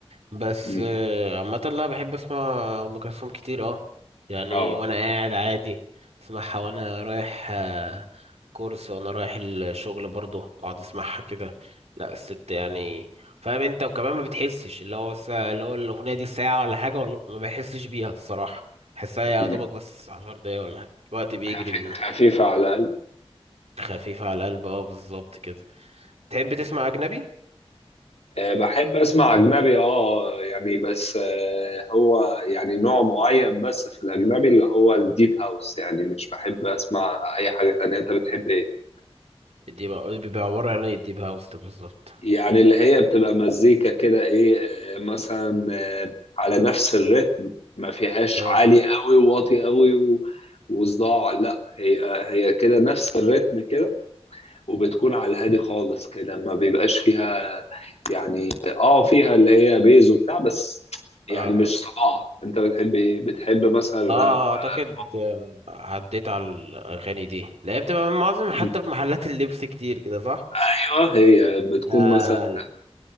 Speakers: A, on the right; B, on the left.
A: بس
B: مم.
A: آه، عامة لا بحب اسمع أم كلثوم كتير اه يعني
B: اه
A: وانا قاعد عادي اسمعها وانا رايح آه، كورس وانا رايح الشغل برضه اقعد اسمعها كده لا الست يعني فاهم انت وكمان ما بتحسش اللي هو بس اللي هو الاغنية دي ساعة ولا حاجة ولا ما بحسش بيها الصراحة بحسها يا
B: مم.
A: دوبك بس عشر دقايق ولا حاجة الوقت بيجري
B: خفي-
A: منها
B: خفيفه على قلب
A: خفيفة على القلب اه بالظبط كده تحب تسمع أجنبي؟
B: آه، بحب اسمع اجنبي اه يعني بس آه، هو يعني نوع معين بس في الاجنبي اللي هو الديب هاوس يعني مش بحب اسمع اي حاجه تانية انت بتحب إيه؟
A: دي بقى بيبقى عبارة عن ايه الديب هاوس ده بالظبط
B: يعني اللي هي بتبقى مزيكا كده ايه آه، مثلا آه، على نفس الريتم ما فيهاش
A: اه
B: عالي قوي وواطي قوي و- وصداع لا هي هي كده نفس الريتم كده وبتكون على الهادي خالص كده ما بيبقاش فيها يعني اه فيها اللي هي بيز وبتاع بس يعني
A: اه اه
B: مش صداع انت بتحب ايه بتحب مثلا الراب
A: اه
B: ولا
A: اعتقد آم، عديت على الاغاني دي لا هي بتبقى من معظم حتى
B: البوب
A: في محلات <laughs> اللبس كتير كده صح
B: ايوه هي بتكون
A: آه
B: مثلا
A: لا،